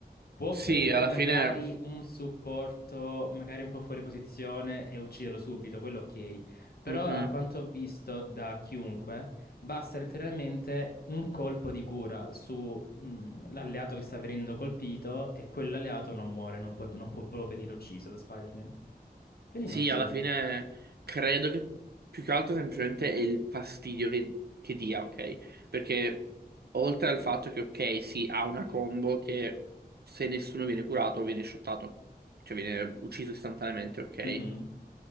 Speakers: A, on the left; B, on the right.
A: Può
B: Sì,
A: prendere
B: alla
A: magari
B: fine,
A: un supporto, magari un po' fuori posizione e ucciderlo subito, quello ok. Però
B: mhm.
A: a quanto ho visto da chiunque... Basta letteralmente un colpo di cura sull'alleato che sta venendo colpito e quell'alleato non muore, non può, non può proprio venire ucciso da Spider-Man. Quindi
B: Sì,
A: non so.
B: alla
A: s-
B: fine credo che più che altro semplicemente è il fastidio che, che dia, ok? Perché oltre al fatto che, ok, sì, ha una combo che se nessuno viene curato viene shottato, cioè viene ucciso istantaneamente, ok?
A: Mhm,